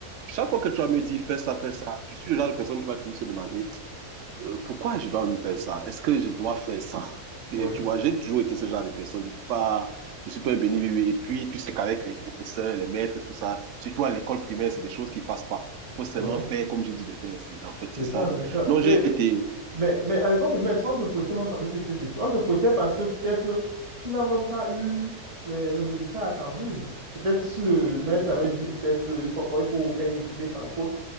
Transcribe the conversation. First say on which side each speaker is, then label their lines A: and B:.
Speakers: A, on the right (about 65°); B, on the right (about 25°).
A: Chaque fois que tu vas me dire fais ça, fais ça, je suis le genre de personne qui va toujours se demander euh, pourquoi je dois me faire ça? Est-ce que je dois faire ça? Et
B: oui,
A: tu vois, j'ai toujours été ce genre de personne. Je suis pas, je suis pas un béni. oui. Et puis, tu sais qu'avec les professeurs, les maîtres, tout ça, surtout à l'école primaire, c'est des choses qui passent pas. Il faut seulement
B: oui.
A: faire comme j'ai dit de faire. C'est- En fait, c'est
B: C'est
A: ça.
B: ça,
A: Donc,
B: c'est ça.
A: non, j'ai
B: Et,
A: été,
B: mais, mais à l'école primaire, si on te fouettait même parce que tu étais têtu. On te fouettait parce que peut-être tu n'as même pas eu le, le résultat attendu. Peut-être si le maître avait
A: oh,
B: dit, peut-être, euh, il faut, pas- il faut faire une dictée sans faute.